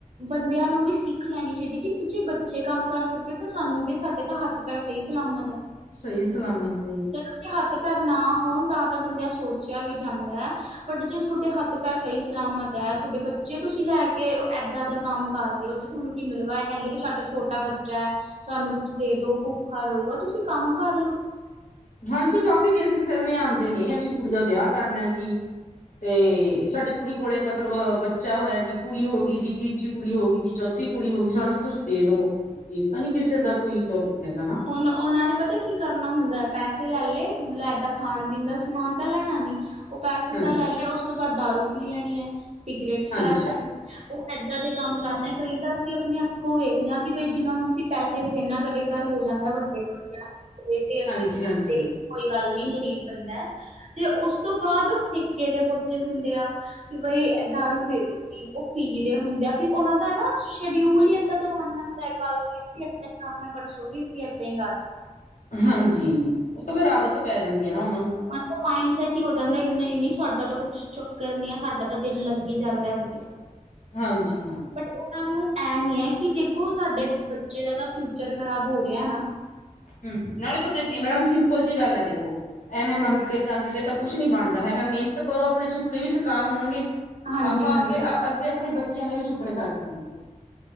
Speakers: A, on the right; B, on the left.
A: ਬੰਦਿਆਂ ਨੂੰ ਵੀ ਸਿੱਖ ਲੈਣੀ ਚਾਹੀਦੀ ਹੈ ਕਿ ਜੇ ਬੱਚੇ ਕੰਮ ਕਰ ਸਕਦੇ ਤਾਂ ਸਾਨੂੰ ਕਿ ਸਾਡੇ ਤਾਂ ਹੱਥ ਤੇ ਪਰ ਸਹੀ ਸਲਾਮਤ ਹੈ
B: ਸਹੀ ਸਲਾਮਤ ਹੈ
A: ਜਦੋਂ ਹੱਥ ਪੈਰ ਨਾ ਹੋਣ ਤਾਂ ਤਾਂ ਬੰਦਿਆਂ ਸੋਚਿਆ ਵੀ ਜਾਂਦਾ ਹੈ ਬਟ ਜੇ ਤੁਹਾਡੇ ਹੱਥ ਪੈਰ ਸਹੀ ਸਲਾਮਤ ਹੈ ਤੁਹਾਡੇ ਬ ਜੇ ਤੁਸੀਂ ਲੈ ਕੇ ਇਏਦਾਂ ਦਾ ਕੰਮ ਕਰ ਰਹੇ ਹੋ ਤੇ ਤੁਹਾਨੂੰ ਕੀ ਮਿਲੇਗਾ ਇਹ ਕਹਿੰਦੇ ਕਿ ਸਾਡਾ ਛੋਟਾ ਬੱਚਾ ਹੈ ਸਾਨੂੰ ਕੁਛ ਦੇ ਦੋ ਭੁੱਖਾ ਰਹੇਗਾ ਤੁਸੀਂ ਕੰਮ ਕਰਲੋ
B: ਹਾਂਜੀ ਕਾਫੀ ਕੇਸਿਸ ਸਿਲਮੇ ਆਉਂਦੇ ਨੇ ਅਸੀਂ ਕੁੜੀ ਦਾ ਵਿਆਹ ਕਰਨਾ ਜੀ ਤੇ ਸਾਡੇ ਕੁੜੀ ਕੋਲੇ ਮਤਲਬ ਬੱਚਾ ਹੋਇਆ ਜੀ ਕੁੜੀ ਹੋ ਗਈ ਜੀ ਤੀਜੀ ਕੁੜੀ ਹੋ ਗਈ ਜੀ ਚੌਥੀ ਠੀ ਕੁੜੀ ਹੋਗੀ ਸਾਨੂੰ ਕੁੱ ਦੇ ਦੋ ਇਹ ਤਾਂ ਨੀ ਕਿਸੇ ਦਾ ਕੋਈ ਟੋਪਿਕ ਹੈਗਾ ਨਾ
A: ਉਹ ਉਹਨਾਂ ਨੇ ਪਤਾ ਕੀ ਕਰਨਾ ਹੁੰਦਾ ਪੈਸੇ ਲੈ ਲਏ ਮਤਲਬ ਏਦਾਂ ਖਾਣ ਪੀਣ ਦਾ ਸਮਾਨ ਤਾਂ ਲੈਣਾ ਨੀ ਉਹ ਪੈਸੇ
B: ਹਾਂ,
A: ਤਾਂ ਲੈ ਲੈ ਉਸ ਤੋਂ ਬਾਅਦ ਦਾਰੂ ਪੀ ਲੈਣੀ ਹੈ ਸਿਗਰੇਟਸ
B: ਹਾਂਜੀ,
A: ਲੈ ਲੈਣੇ ਉਹ ਇਏਦਾਂ ਦੇ ਕੰਮ ਕਰਨੇ ਕਈ ਤਾਂ ਅਸੀਂ ਆਪਣੀ ਅੱਖੋਂ ਵੇਖਦੇ ਹਾਂ ਕਿ ਬਈ ਜਿਹਨਾਂ ਨੂੰ ਅਸੀ ਪੈਸੇ ਇਨਾ ਕਦੇ ਕਧਾਰ ਹੋ ਜਾਂਦੇ ਵੱਡੇ ਤੇ ਅਸੀਂ
B: ਹਾਂਜੀ, ਹਾਂਜੀ।
A: ਦੇ ਕੋਈ ਗੱਲ ਨੀ ਗ਼ਰੀਬ ਬੰਦਾ ਤੇ ਉਸ ਤੋਂ ਬਾਅਦ ਉਹ ਠੇਕੇ ਦੇ ਬੋਚੇ ਹੁੰਦੇ ਆ ਕਿ ਬਈ ਦਾਰੂ ਦੇ ਦੋ ਜੀ ਉਹ ਪੀ ਰਹੇ ਹੁੰਦੇ ਆ ਫਿਰ ਉਹਨਾਂ ਦਾ ਨਾ ਸ਼ਡਿਊਲ ਹੀ ਏਦਾਂ ਦਾ ਗਨਾ ਹੁੰਦਾ ਕੱਲ ਵੀ ਅਸੀਂ ਏਦਾਂ ਹੀ ਕਰਨਾ ਪਰਸੋਂ ਵੀ ਅਸੀਂ ਏਦਾਂ ਹੀ ਕਰਨਾ
B: ਹਾਂਜੀ ਉਹ ਤਾਂ ਫੇਿਰ ਆਦਤ ਪੈ ਜਾਂਦੀ ਹੈ ਨਾ ਉਹਨਾਂ ਨੂੰ
A: ਮਤਲ ਮਾਇੰਡ ਸੈਟ ਹੀ ਹੋ ਜਾਂਦਾ ਨਹੀਂ ਨਹੀਂ ਸਾਡਾ ਤਾਂ ਕੁਛ ਚੱਕਰ ਨੀ ਆ ਸਾਡਾ ਤਾਂ ਦਿਨ ਲੱਗ ਹੀ ਜਾਂਦਾ ਵਧੀਆ
B: ਹਾਂਜੀ ਹਾਂ
A: ਬਟ ਉਹਨਾਂ ਨੂੰ ਇਹ ਨੀ ਹੈ ਕਿ ਦੇਖੋ ਸਾਡੇ ਬੱਚੇ ਦਾ ਤਾਂ ਫਿਊਚਰ ਖ਼ਰਾਬ ਹੋ ਰਿਹਾ ਨਾ
B: ਹਮ ਨਾਲੇ ਪਤਾ ਕੀ ਮੈਡਮ ਸਿੰਪਲ ਜਿਹੀ ਗੱਲ ਹੈ ਦੇਖੋ ਐਵੇਂ
A: ਹਾਂਜੀ
B: ਮੰਗ ਤੰਗ ਕੇ ਤਾਂ ਕੁਛ ਨੀ ਬਣਦਾ ਹੈਗਾ ਮਿਹਨਤ ਕਰੋ ਆਪਣੇ ਸੁਪਨੇ ਵੀ ਸ਼ਿਕਾਰ ਹੋਣਗੇ
A: ਹਾਂਜੀ
B: ਆਪਾਂ
A: ਹਾਂਜੀ
B: ਅੱਗੇ ਅ ਤੇ ਆਪਣੇ ਬੱਚਿਆਂ ਦੇ ਵੀ ਸੁਪਨੇ ਸਾੱਚ ਹੋਣਗੇ